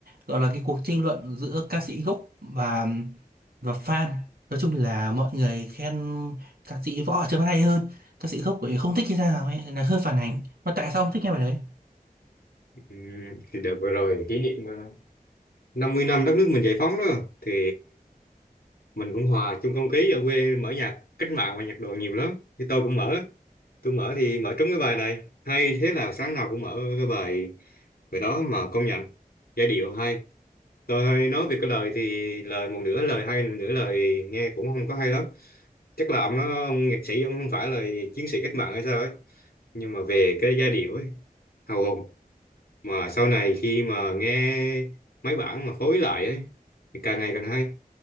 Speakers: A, on the right (about 85°); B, on the left (about 85°).
A: gọi là cái cuộc tranh luận giữa ca sĩ gốc và và fan. Nói chung là mọi người khen ca sĩ Võ Trường Văn hay hơn, ca sĩ gốc thì không thích hay sao ấy, là hơi phản ánh. Mà tại sao ông thích nghe bài đấy?
B: Ừm, thì đợt vừa rồi kỷ niệm ờ, 50 năm đất nước mình giải phóng đó. Thì mình cũng hòa chung không khí ở quê mở nhạc cách mạng và nhạc đồ nhiều lắm thì tôi cũng mở tôi mở thì mở trúng cái bài này hay thế là sáng nào cũng mở cái bài bài đó mà công nhận giai điệu hay tôi hay nói về cái lời thì lời một nửa lời hay một nửa lời nghe cũng không có hay lắm chắc là ông nó ông nhạc sĩ ông không phải là chiến sĩ cách mạng hay sao ấy nhưng mà về cái giai điệu ấy hào hùng mà sau này khi mà nghe mấy bản mà phối lại ấy thì càng ngày càng hay